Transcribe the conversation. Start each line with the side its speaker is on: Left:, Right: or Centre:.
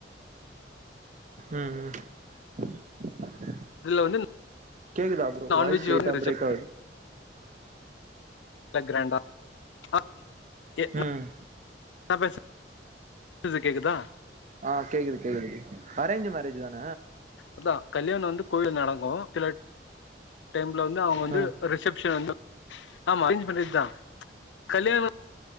Right: ம் ம்
Left: அதுல வந்து
Right: கேக்குதா ப்ரோ
Left: நான்வெஜ்
Right: வாய்ஸ் லைட்டா
Left: வந்து ரிசப்ஷன்ல
Right: பிரேக் ஆகுது
Left: கிராண்டா அ எ
Right: ம்
Left: <inaudible> நா பேச ச கேக்குதா
Right: ஆ கேக்குது கேக்குது அரேஞ்ச்சு மேரேஜ் தான
Left: அதா கல்யாணன் வந்து கோயில்ல நடக்கு சில டைம்ல வந்து அவங்க வந்து
Right: ம்
Left: ரிசபஷன் வந்து ஆமா சேஞ் பண்ணிட்டு தா கல்யாண